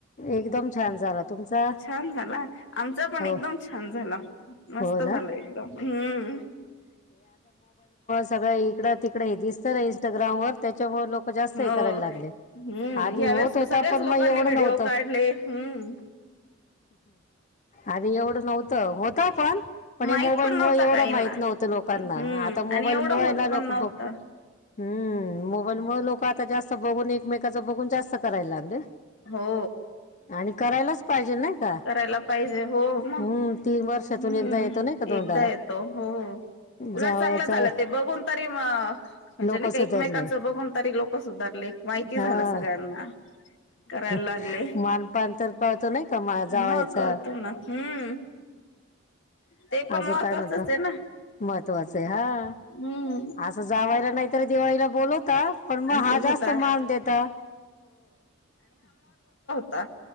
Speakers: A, on the left (about 40°); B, on the left (about 65°).
A: एकदम छान झाला तुमचा
B: छान झाला आमचा पण
A: हो
B: एकदम छान झाला मस्त
A: हो ना
B: झाला एकदम हं
A: इकड तिकडे हे दिसत इंस्टग्रामवर त्याच्यामुळे लोक जास्त हे
B: हो
A: करायला लागले
B: हम्म
A: आधी
B: ह्यावेेळेस
A: होत होता
B: सगळ्याच
A: पण
B: लोकांनी
A: मग ये
B: व्हिडिओ
A: नव्हत
B: काढले हम्म
A: आधी एवढं नव्हतं. तर होत पण पण
B: माहित
A: हे मोबाईल मुळ
B: नव्हता
A: एवढं
B: काहींना
A: माहित नव्हतं लोकांना
B: हम्म
A: आता मोबाईल
B: आणि एवढं
A: मुळ
B: होत
A: ना लोक
B: पण नव्हतं
A: बघु हम् मोबाईलमुळे लोक आता जास्त बघून एकमेकाच बघून जास्त करायला लागले.
B: हो.
A: आणि करायलाच पाहिजे नाही का
B: करायला पाहिजे हो मग
A: हम्म तीन वर्षातून
B: हम्
A: एकदा येतो नाही का धोंडा
B: एकदा येतो हो उलट
A: जावयाचा
B: चांगलं झालं ते बघून तरी म्हणजे
A: लोक
B: नाही का
A: सुधरले
B: एकमेकांच बघून तरी लोक सुधारले माहिती
A: हा
B: झालं सगळ्यांना करायला.
A: मानपान
B: लागले
A: तर पाहतो नाही का मा जावयाचा
B: मग कळतो ना हम्म ते पण
A: अजून
B: महत्त्वाचंच
A: काय म्हणता
B: आहे ना
A: महत्वाचं हा
B: हम्म
A: असं जावायला नाहीतरी दिवाळीला बोल पण मग हा
B: बोलता
A: जास्त मान देता.
B: आता